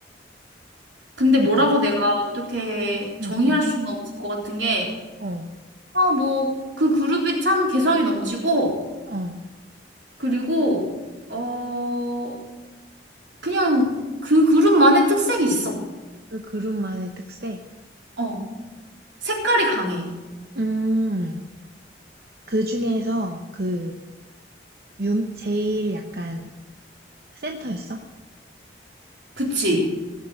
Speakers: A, on the right; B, on the right.
A: 근데
B: 그니까,
A: 뭐라고 내가 어떻게 정의할
B: 응, 응.
A: 수는 없을 것 같은 게,
B: 어,
A: 어, 뭐, 그 그룹이 참 개성이 넘치고,
B: 어.
A: 그리고 어 그냥 그 그룹만의 특색이 있어.
B: 그 그룹만의 특색?
A: 어 색깔이 강해.
B: 음, 그 중에서 그, 유, 제일 약간 센터였어.
A: 그치?